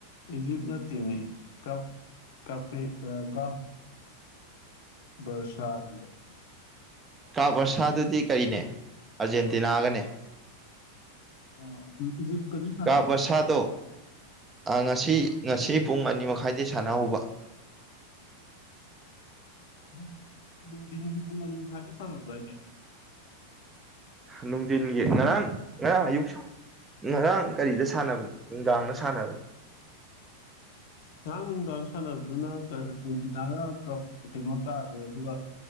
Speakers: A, on the left (about 50°); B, on the right (about 15°).
A: ꯏꯖꯤꯞ ꯅ ꯇꯤꯃꯤ ꯀ ꯀ ꯀ ꯔꯁꯔꯕ
B: ꯀꯥꯞ ꯑꯁꯥꯗꯨꯗꯤ ꯀꯔꯤꯅꯦ ꯑꯥꯔꯖꯦꯟꯇꯤꯅꯥꯒꯅꯦ
A: ꯑ ꯑꯗꯨ ꯏꯖꯠꯀꯖꯝ ꯁꯥꯟꯅꯕꯅꯕ
B: ꯀꯥꯞ ꯕꯔꯁꯥꯗꯣ
A: ꯅ
B: ꯉꯁꯤ ꯉꯁꯤ ꯄꯨꯡ ꯑꯅꯤ ꯃꯈꯥꯏꯗꯩ ꯁꯥꯟꯅꯍꯧꯕ
A: ꯝ ꯅꯨꯡꯊꯤꯟꯒꯤ ꯄꯨꯡ ꯑꯅꯤ ꯃꯈꯥꯏꯗ ꯁꯥꯟꯅꯕ꯭ꯔꯥ ꯍꯥꯏꯁꯦ
B: ꯅꯨꯡꯊꯤꯟꯒꯤ ꯉꯔꯥꯡ ꯉꯔꯥꯡ ꯑꯌꯨꯛꯁꯪ ꯉꯔꯥꯡ ꯀꯔꯤꯗ ꯁꯥꯟꯅꯕꯅꯣ ꯅꯨꯡꯗꯥꯡꯗ ꯁꯥꯟꯅꯕꯅꯤ
A: ꯉꯔꯥꯡ ꯅꯨꯡꯗꯥꯡ ꯗ ꯁꯟꯅꯕꯅꯦ ꯑꯗꯨꯅ ꯑꯔꯖꯦꯟꯇꯤꯅꯥꯅ ꯀꯩꯅꯣ ꯇꯥꯈꯦ ꯑꯗꯨꯒ